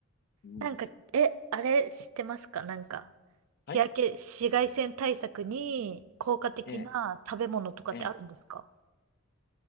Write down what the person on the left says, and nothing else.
うん。
はい。
ええ、ええ。